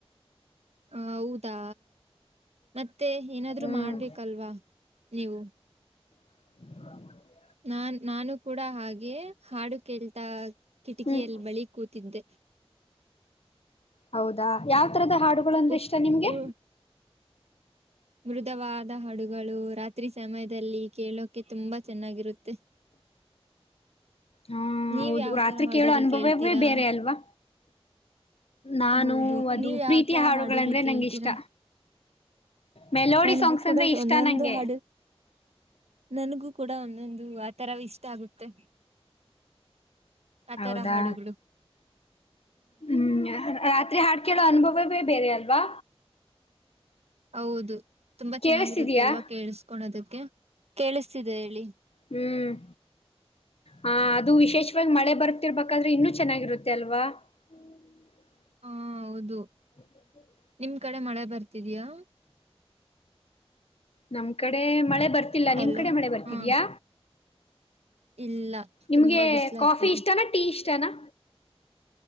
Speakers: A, on the right; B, on the left.
A: ಹೌದಾ ಮತ್ತೆ ಏನಾದ್ರು
B: ಹ್ಮ್
A: ಮಾಡ್ಬೇಕಲ್ವಾ ನೀವು
B: ಹ
A: ನಾನ್ ನಾನು ಕೂಡ ಹಾಗೆ ಹಾಡು ಕೇಳ್ತಾ ಕಿಟಕಿಯಲ್ಲಿ
B: ಹ್ಮ್
A: ಬಳಿ ಕೂತಿದ್ದೆ
B: ಹೌದಾ ಯಾವ ತರದ ಹಾಡುಗಳುಂದ್ರೆ
A: ಉಟ್
B: ಇಷ್ಟ ನಿಮ್ಗೆ
A: ಉ ಮೃದವಾದ ಹಡುಗಳು ರಾತ್ರಿ ಸಮಯದಲ್ಲಿ ಕೇಳೋಕೆ ತುಂಬಾ ಚೆನ್ನಾಗಿರುತ್ತೆ ಹ
B: ಹಾ
A: ನೀವ
B: ಹೌದು
A: ಯಾವತರ
B: ರಾತ್ರಿ
A: ಹಡುಲ್
B: ಕೇಳೋ ಅನುಭವವೇ
A: ಕೇಳ್ತೀರಾ
B: ಬೇರೆ ಅಲ್ವಾ ನಾನು
A: ಹೌದು
B: ಅದು
A: ನೀವ್ ಯಾವತರ
B: ಪ್ರೀತಿ ಹಾಡುಗಳಂದ್ರೆ
A: ಹಾಡುಗಳು ಕೇಳ್ತೀರಾ
B: ನಂಗೆ ಇಷ್ಟ ಮೆಲೋಡಿ
A: ನನ್ಗೂ
B: ಸಾಂಗ್ಸ್
A: ಕೂಡ
B: ಅಂದ್ರೆ ಇಷ್ಟ
A: ಒಂದೊಂದು
B: ನಂಗೆ
A: ಹಾಡು ನನಗೂ ಕೂಡ ಒಂದೊಂದು ದು ಆ ತರ ಇಷ್ಟ ಆಗುತ್ತೆ ಆತರ
B: ಹೌದಾ
A: ಹಾಡುಗಳು
B: ಹ್ಮ್ ರಾತ್ರಿ ಹಾಡ್ಕೇಳೋ ಅನುಭವ ಬೇರೆ ಅಲ್ವಾ
A: ಹೌದು ತುಂಬಾ
B: ಕೇಳಿಸ್ತಿದಯಾ
A: ಚೆನ್ನಾಗಿರುತ್ತಲ್ವಾ ಕೇಳಿಸಕೊದಕ್ಕೆ ಕೇಳಿಸ್ತಿದೆ ಹೇಳಿ
B: ಹ್ಮ್ ಹ ಅದು ವಿಶೇಷವಾಗಿ ಮಳೆ ಬರ್ತಿರ್ಬೇಕಾದ್ರೆ ಇನ್ನುೂ ಚೆನ್ನಾಗಿರುತ್ತೆ ಅಲ್ವಾ ಹ
A: ಹಾ ಹೌದು
B: ಹ
A: ನಿಮ್ ಕಡೆ ಮಳೆ ಬರ್ತಿದಯಾ
B: ನಮ್ ಕಡೆ ಮಳೆ ಬರ್ತ ಗರ್ತ್ತಲ್ಲ
A: ಹಲೋ
B: ನಿಮ್ ಕಡೆ ಮಳೆ ಬರ್ತಿದ್ಯಾ
A: ಹಾ ಇಲ್ಲ
B: ನಿಮ್ಗೆ
A: ತುಂಬಾ ಬಿಸಿಲು ಆಗ್ತಿದೆ
B: ಕಾಫಿ ಇಷ್ಟನಾ ಟೀ ಇಷ್ಟನಾ